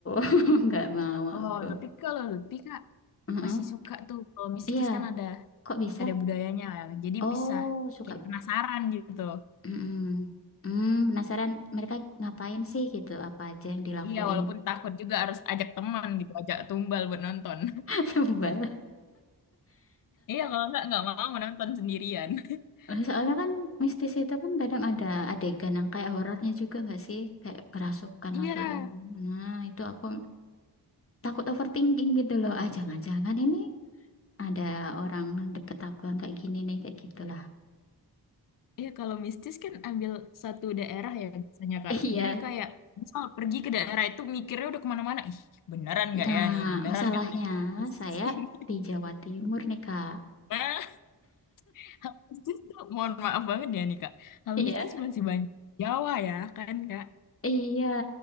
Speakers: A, on the left; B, on the left.
A: <laughs> Nggak mau
B: Oh,
A: aku.
B: tapi kalau Lutfi Kak
A: Mm-mm.
B: masih suka tuh kalau mistis
A: Iya,
B: kan ada
A: kok bisa?
B: ada budayanya ya. Jadi
A: Oh,
B: bisa
A: suka
B: kayak
A: bu.
B: penasaran gitu.
A: Mm-mm. Hmm, penasaran mereka ngapain sih gitu? Apa aja yang dilakuin?
B: Iya, walaupun takut juga harus ajak teman gitu, ajak tumbal buat nonton. <laughs>
A: <laughs> Sebel.
B: Iya, kalau nggak nggak mau nonton sendirian. <laughs>
A: Eh, Soalnya kan mistis itu kan kadang ada adegan yang kayak horornya juga nggak sih? Kayak kerasukan
B: Iya,
A: atau gimana. Nah, itu aku takut overthinking gitu loh. Ah, jangan-jangan ini ada orang deket aku yang kayak gini nih kayak gitulah
B: iya kalau mistis kan ambil satu daerah ya biasanya Kak.
A: <laughs> iya
B: Jadi kayak misal pergi ke daerah itu mikirnya udah kemana-mana. Ih, beneran nggak
A: nah
B: ya nih? Beneran
A: masalahnya
B: nggak ada mistis
A: saya
B: ini?
A: di Jawa Timur nih kak
B: <laughs> Hal mistis tuh, mohon maaf banget ya nih Kak. Hal
A: iya
B: mistis masih banyak Jawa ya kan Kak?
A: iya